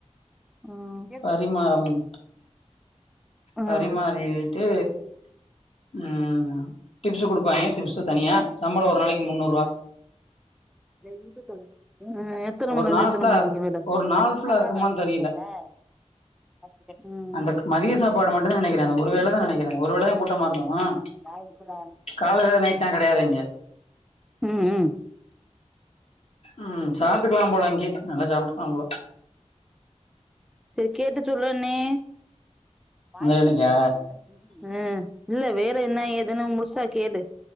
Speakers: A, in the centre; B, on the left.
A: ம்
B: பரிமாறவும்
A: ம்
B: பரிமாறிட்டு உம் டிப்ஸ் கொடுப்பாங்க டிப்ஸ் தனியா சம்பளம் ஒரு நாளைக்கு முன்னூறுவா
A: ஏ இருந்து தொல உம் எத்தன
B: ஒரு
A: மணியிலருந்து
B: நாள்
A: எத்தன
B: ஃபுல்லா
A: மணி வரைக்கும் வேல
B: ஒரு நாள் ஃபுல்லா
A: <unintelligible>
B: இருக்குமான்னு தெரியல அந்த மதிய சாப்பாடு மட்டும்தா நெனைக்கிறே அந்த ஒரு வேள தா நெனைக்கிறே ஒரு வேள தா கூட்டமா இருக்கு
A: நல்லாவா இருக்குக்க
B: காலைல நைட்லா கெடையாது இங்க
A: ம்ம் <inaudible>
B: ம் சாப்பிட்டுக்கலாம் போல அங்கய நல்லா சாப்பிட்டுக்கலாம் போல
A: செரி கேட்டு சொல்றன்னே வாய
B: அந்த
A: <unintelligible>
B: வேலைக்கா
A: மாட்டேங்குது உம் இல்ல வேற என்ன ஏதுன்னு முழுசா கேடழு